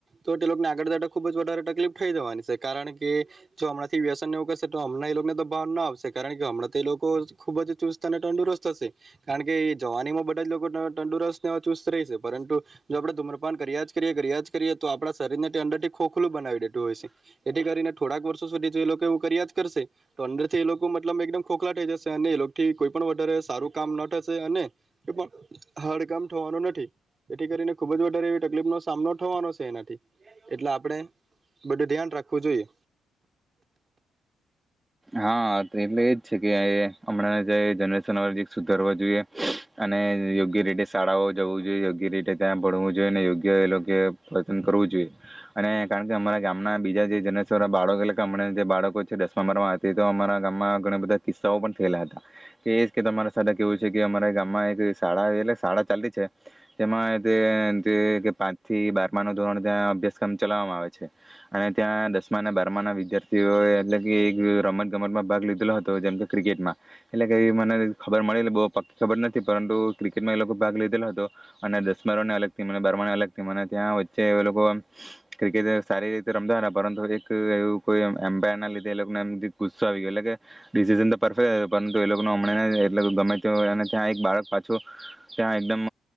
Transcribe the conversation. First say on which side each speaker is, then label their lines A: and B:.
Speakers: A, on the right (about 35°); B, on the right (about 15°).
A: તો તે લોકોને આગળ જતા ખુબ જ વધારે તકલીફ થઈ જવાની સે. કારણ કે જો હમણાં થી વ્યસન ને એવું કરશે તો હમણાં એ લોકોને તો ભાન ના આવશે. કારણ કે હમણાં તો એ લોકો ખૂબ જ ચુસ્ત અને તંદુરસ્ત હશે, કારણ કે એ જવાનીમાં બધા જ લોકો ત તંદુરસ્તને ચુસ્ત રેહશે, પરંતુ જો આપણે ધૂમ્રપાન કરિયા જ કરીએ કરિયા જ કરીએ તો આપણા શરીરને અંદરથી ખૂબ ખલું બનાવી દેતું હોય છે જેથી કરીને થોડાક વર્ષો સુધી જો એ લોકો એવું કર્યા જ કરશે તો અંદર થી એ લોકો મતલબ એકદમ ખોખલા થઈ જશે અને એ લો થી કોઈ પણ વધારે સારું કામ ના થશે અને <unintelligible> હાર્ડ કામ થવાનું નથી એથી કરીને ખુબ જ વધારે એવી તકલીફ નો સામનો થવાનો છે એનાથી એટલે આપણે બધું ધ્યાન રાખવું જોઈએ.
B: હા એટલે એ જ છે. કે હમણાં જે <unintelligible> સુધરવુ જોઈએ અને યોગ્ય રીતે શાળાઓ જવું જોઈએ યોગ્ય રીતે ત્યાં ભણવું જોઈએ અને યોગ્ય એ લોકો પતન કરવું જોઈએ અને કારણ કે અમારા ગામના બીજા જે જનરેશન બાળકો એટલે કે હમણાં જે બાળકો છે દસમા બારમાં તે તો અમારા ગામમાં ઘણા બધા કિસ્સાઓ પણ થયેલા હતા તે એજ કે તમારે સાથે કેવું છે કે અમારા ગામમાં એક શાળા એટલે શાળા ચાલી છે તેમાં તે તે કે પાંચ થી બારમા ના ધોરણ ત્યાં અભ્યાસક્રમ ચલાવવામાં આવે છે અને ત્યાં દસમા બારમા ના વિદ્યાર્થીઓ એટલે કે એક રમત ગમતમાં ભાગ લીધેલો હતો જેમ કે ક્રિકેટમાં એટલે કે એવી મને ખબર મળેલી બો પક્કી ખબર નથી પરંતુ ક્રિકેટમાં એ લોકો ભાગ લીધેલો હતો અને દસમા નોને અલગ ટીમ મને બારમાંને અલગ ટીમ અને ત્યાં વચ્ચે એ લોકો ક્રિકેટ સારી રીતે રમતા હતા પરંતુ એક એવું કોઈ એમ્પાયર ના લીધે એ લોકોને એમ ગુસ્સો આવી ગયો એટલે કે ડિસિઝન તો પરફેક્ટ પરંતુ એ લોકોને હમણાંને <unintelligible> અને ત્યાં એક બાળક પાછું ત્યાં એકદમ